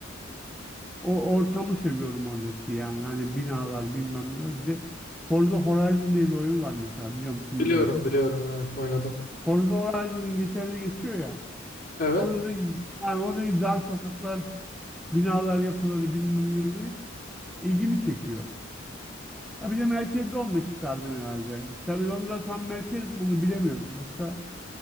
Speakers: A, in the centre; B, on the left (about 50°).
A: O ortamı seviyorum oradaki yani. Hani binalar bilmem neler. Bir de Forza Horizon diye bir oyun var mesela biliyor musun
B: Biliyorum
A: bilmiyorum.
B: biliyorum evet oynadım.
A: Forza Horizon İngiltere'de geçiyor ya.
B: Evet.
A: Orada da yani oradaki dar sokaklar, binalar, yapıları bilmem neleri ilgimi çekiyor. Ha bir de merkezde olmak isterdim herhalde. Tabii Londra tam merkez mi onu bilemiyorum. Yoksa